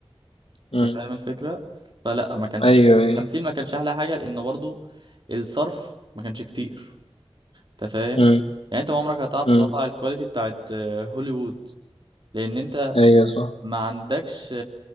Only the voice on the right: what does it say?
انت
فاهم الفكرة فلا ما كانش
التمثيل ما كانش احلى حاجة لان برضو الصرف ما كانش كتير انت فاهم
يعني انت ما عمرك هتعرف
تطلع الكواليتي بتاعت آه، هوليوود لان انت
ما عندكش